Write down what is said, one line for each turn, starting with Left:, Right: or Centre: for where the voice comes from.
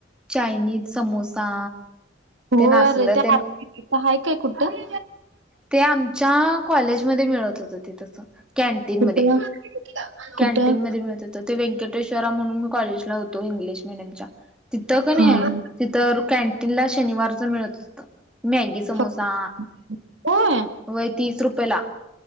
Centre: चायनीज समोसा
Right: हो
Centre: ते नासलं
Right: अरे त्या
Centre: ते
Right: आहे काय कुठं
Centre: ते आमच्या कॉलेजमध्ये मिळत होत ते तस कॅनटीन
Right: कुठं?
Centre: म
Right: कुठं?
Centre: कॅन्टीन मध्ये मिळत हों ते व्यंकटे्वरा म्हणून मी कॉलेजला होतो इंग्लिश तिथं का
Right: हा
Centre: नाही
Right: हा
Centre: तिथ कॅन्टीन ला शनिवारच मिळत होत मॅगी समोसा
Right: फक्त होय
Centre: वय तीस रुपये ला